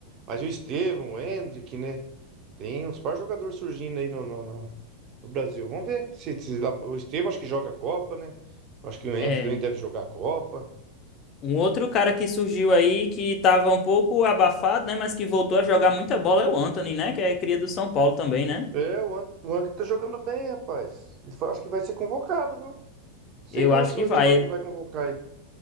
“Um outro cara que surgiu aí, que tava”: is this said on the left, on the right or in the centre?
Left